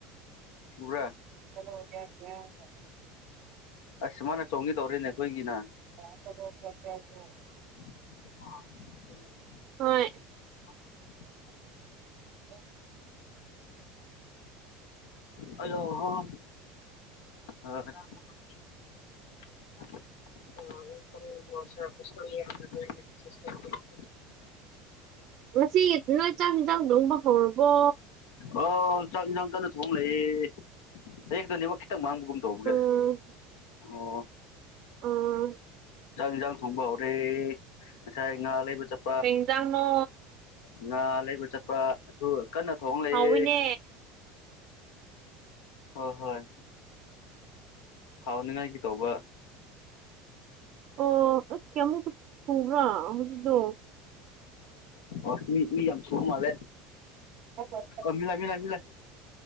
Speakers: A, on the left; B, on the right.
A: ꯎꯕꯔꯥ
B: ꯆꯠꯣ ꯀꯦ <unintelligible>
A: ꯑꯁ ꯃꯥꯅ ꯆꯣꯡꯈꯤ ꯇꯧꯔꯤꯅꯦ ꯑꯩꯈꯣꯏꯒꯤꯅ
B: <unintelligible>
A: <inaudible>
B: ꯍꯣꯏ
A: <inaudible>
B: <inaudible>
A: ꯑꯣ ꯍ <unintelligible> <unintelligible>
B: ꯉꯁꯤꯒꯤ ꯅꯣꯏ ꯆꯥꯛ ꯌꯦꯟꯖꯥꯡ ꯊꯣꯡꯕ ꯍꯧꯔꯕꯣ
A: ꯑꯣ ꯆꯥꯛ ꯏꯟꯁꯥꯡ ꯀꯟꯅ ꯊꯣꯡꯉ ꯂꯩꯑꯦ <unintelligible> ꯒꯤꯗꯣ ꯅꯦꯠꯋꯥꯛ ꯈꯤꯇꯪ ꯃꯥꯡꯕꯒꯨꯝ ꯇꯧꯒꯦ
B: ꯎꯝ
A: ꯑꯣ
B: ꯑꯝ
A: ꯆꯥꯛ ꯌꯦꯟꯁꯥꯡ ꯊꯣꯡꯕ ꯍꯧꯔꯦ ꯉꯁꯥꯏ ꯉꯥ ꯂꯩꯕ ꯆꯠꯄ
B: ꯀꯩ ꯌꯦꯟꯁꯥꯡꯅꯣ
A: ꯉꯥ ꯂꯩꯕ ꯆꯠꯄ ꯑꯗꯨ ꯀꯟꯅ ꯊꯣꯡ ꯂꯩꯑꯦ
B: ꯍꯥꯎꯋꯤꯅꯦ
A: ꯍꯣꯏ ꯍꯣꯏ ꯍꯥꯎꯅꯤꯡꯉꯥꯏꯒꯤ ꯇꯧꯕ
B: ꯑꯣ ꯑꯝ ꯀꯌꯥꯃꯨꯛ ꯄꯨꯕ꯭ꯔꯥ ꯃꯥꯔꯨꯝꯗꯣ
A: ꯑꯁ ꯃꯤ ꯃꯤ ꯌꯥꯝ ꯁꯨ ꯃꯥꯂꯦ
B: ꯍ ꯍ <unintelligible>
A: ꯑ ꯃꯤꯂꯥꯢ ꯃꯤꯂꯥꯢ ꯃꯤꯂꯥꯢ